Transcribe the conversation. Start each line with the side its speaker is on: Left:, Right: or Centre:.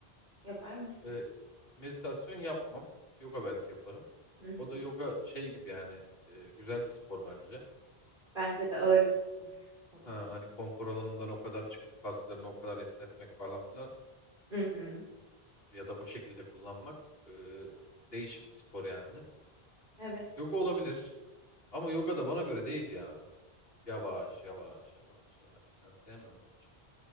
Right: yapar mısın?
Left: E, meditasyon yapmam. Yoga belki yaparım.
Right: Hı hı.
Left: O da yoga şey gibi yani e, güzel bir spor bence.
Right: Bence de ağır bir spor o
Left: Ha,
Right: da.
Left: hani konfor alanından o kadar çıkıp kaslarını o kadar esnetmek falan filan
Right: Hı hı.
Left: ya da o şekilde kullanmak e, değişik bir spor yani.
Right: Evet.
Left: Yoga olabilir. Ama yoga da bana göre değil ya. Yavaş yavaş yavaş yavaş. Ben sevmem böyle şey.